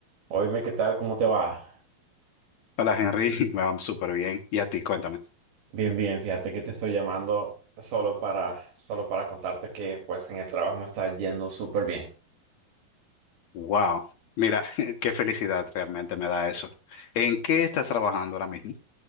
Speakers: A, on the right; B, on the left.
A: Oíme, ¿qué tal? ¿Cómo te va?
B: Hola Henry, <laughs> me va súper bien. ¿Y a ti? Cuéntame.
A: Bien, bien, fíjate que te estoy llamando solo para, solo para contarte que pues en el trabajo me está yendo súper bien.
B: Wow, mira, <laughs> qué felicidad realmente me da eso. ¿En qué estás trabajando ahora mismo?